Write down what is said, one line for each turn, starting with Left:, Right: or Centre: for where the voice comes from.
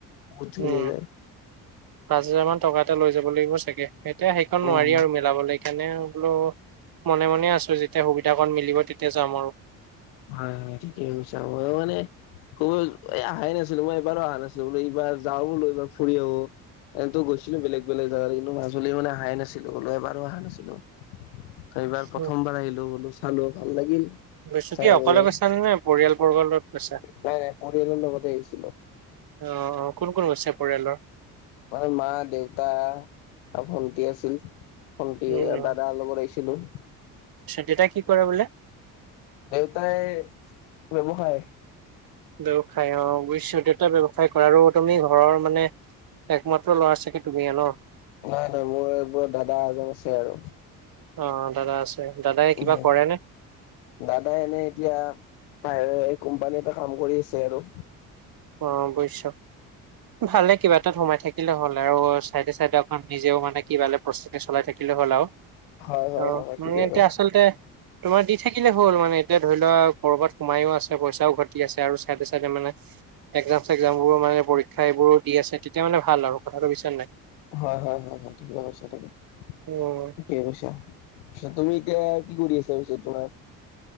Left: বহুতখিনি
Right: উম।
Left: যায়
Right: পাঁচ হাজাৰ মান টকা এটা লৈ যাব লাগিব চাগে, এতিয়া সেইখন
Left: উম
Right: নোৱাৰি আৰু মিলাবলৈ। এনে বোলো, মনে মনে আছোঁ, যেতিয়া সুবিধাকণ মিলিব, তেতিয়া যাম আৰু।
Left: হয়, হয়, ঠিকে কৈছা, মই মানে হ'ল, এই অহাই নাছিলো, মই এইকাৰণে অহা নাছিলো, বোলো, এইবাৰ যাওঁ বোলো এইবাৰ ফুৰি আহোঁ। এনেতো গৈছিলো বেলেগ বেলেগ জাগাত, কিন্তু মাজুলী মানে অহাই নাছিল, এবাৰো অহা নাছিলোঁ। এইবাৰ প্ৰথমবাৰ
Right: উম।
Left: আহিলো, বোলো চালোঁ, ভাল লাগিল।
Right: তুমি
Left: চাই
Right: কি অকলে
Left: মেলি
Right: গৈছিলা নে পৰিয়াল বৰ্গৰ লগত গৈছা?
Left: নাই নাই পৰিয়ালৰ লগতে আহিছিলো
Right: অ' অ'। কোন কোন গৈছে পৰিয়ালৰ?
Left: আমাৰ মা, দেউতা আৰু ভন্টি আছিল। ভণ্টি,
Right: উম,
Left: দাদাৰ লগত আহিছিলো।
Right: দেউতাই কি কৰে বোলে?
Left: দেউতাই ব্যৱসায়।
Right: বৱসায়, অ', বুজিছোঁ, দেউতাই ব্যৱসায় কৰে কাৰণে ঘৰৰ মানে একমাত্ৰ ল'ৰা চাগে তুমিয়ে ন'?
Left: নহয়, নহয়, মোৰ ওপৰত দাদা এজন আছে আৰু।
Right: অ', দাদা আছে, দাদাই কিবা
Left: উম,
Right: কৰে নে?
Left: দাদাই এনেই এতিয়া ইয়াৰে কোম্পানী এটাত কাম কৰি আছে আৰু।
Right: অ', বুইছোঁ। ভালে কিবা এটাত সোমাই থাকিলে হ'ল আৰু, চাইডে, চাইডে আকৌ নিজেও মানে কিবা অলপ প্ৰস্তুতি চলাই থাকিলে হ'লে হ'ল আৰু,
Left: হয় হয়
Right: অ',
Left: হয়
Right: মই
Left: ঠিকে
Right: এতিয়া
Left: কৈছে
Right: আচলতে, তোমাক দি থাকিলে হ'ল আৰু এতিয়া ধৰি লোৱা, কৰ'বাত সোমাইও আছে, পইচাও ঘটি আছে আৰু চাইডে চাইডে মানে এগ্জাম-চেগজামবোৰো মানে পৰীক্ষা, এইবোৰো দি আছে, তেতিয়া মানে ভাল আৰু। কথাটো বুজিছা নাই।
Left: হয়, হয়, হয়, হয় ঠিকে কৈছা তুমি।
Right: উম,
Left: ঠিকে কৈছা, তুমি এতিয়া কি কৰি আছা, পিছত তোমাৰ